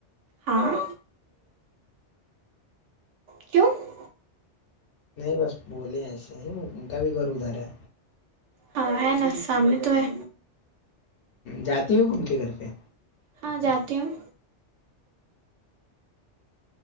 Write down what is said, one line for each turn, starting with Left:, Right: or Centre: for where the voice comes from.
Right: ہاں کیوں <inaudible>
Left: نہیں بس بولے ایسے ہی ان کا بھی گھر ادھر ہے
Right: ہاں ہے نا سامنے تو ہے
Left: جاتی ہوں ان کے گھر پہ
Right: ہاں جاتی ہوں